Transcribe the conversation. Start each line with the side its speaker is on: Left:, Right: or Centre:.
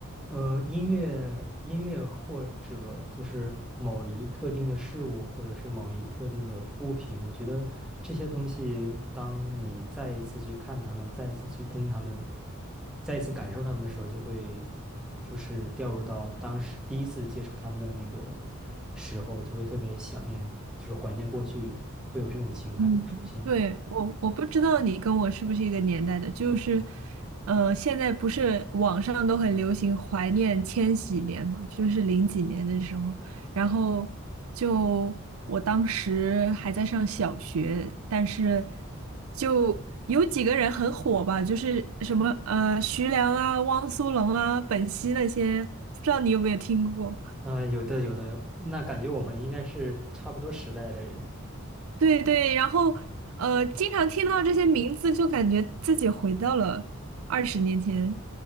Centre: 呃，音乐音乐或者就是某一特定的事物，或者是某一特定的物品，我觉得这些东西，当你再一次去看他们，再一次去听他们，再一次感受他们的时候，就会就是掉入到当时第一次接触他们的那个时候，就会特别想念，就是怀念过去，会有这种情感出现。
Right: 嗯，对，我我不知道你跟我是不是一个年代的，就是，呃，现在不是网上都很流行怀念千禧年嘛，就是零几年的时候，然后就我当时还在上小学，但是就有几个人很火吧，就是什么呃徐良啊、汪苏泷啊、本兮那些，不知道你有没有听过？
Centre: 啊、有的有的，那感觉我们应该是差不多时代的人。
Right: 对对，然后呃，经常听到这些名字，就感觉自己回到了二十年前，